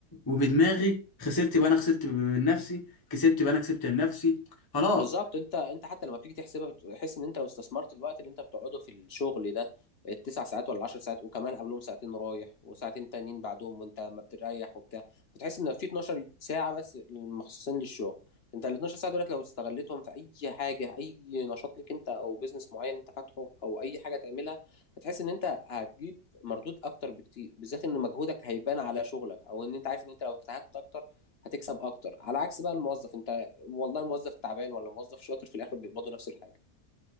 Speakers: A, on the left; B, on the left.
A: وبدماغي خسرت بقى انا خسرت من نفسي كسبت بقى انا كسبت من نفسي خلاص
B: بالظبط انت انت حتى لما بتيجي تحسبها بتحس ان انت لو استثمرت الوقت اللي انت بتقعده في الشغل ده التسع ساعات ولا العشر ساعات وكمان قبلهم ساعتين رايح وساعتين تانيين بعدهم وانت ما بتريح وبتاع فتحس ان في 12 ساعة بس مخصصين للشغل انت ال 12 ساعة دولت لو استغلتهم في اي حاجة اي نشاط ليك انت او بيزنس معين انت فاتحه او اي حاجة تعملها هتحس ان انت هتجيب مردود اكتر بكتير بالذات ان مجهودك هيبان على شغلك او ان انت عارف ان انت لو اجتهدت اكتر هتكسب اكتر على عكس بقى الموظف انت والله الموظف تعبان ولا موظف شاطر في الاخر بيقبضوا نفس الحاجه